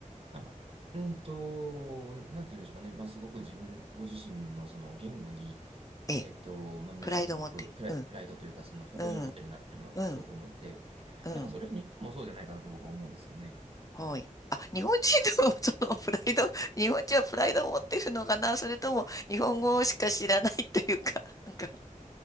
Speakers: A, on the right (about 45°); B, on the left (about 25°).
A: あうんと、なんていうんでしょうかね。まあ、すごく自分、ご自身のその言語に、
B: ええ、
A: えっと、まあ、皆さんすごくプライ、
B: プライドを持って。うん、
A: プライドというか、その誇りを持ってるなっていうのはすごく思って、
B: うん、うん、うん、
A: ただそれは日本もそうじゃないかなって僕は思うんですよね。
B: はい。あ、日本人の <laughs> そのプライド、<laughs> 日本人はプライドを持ってるのかなそれとも日本語しか知らないっていうか、<laughs> なんか、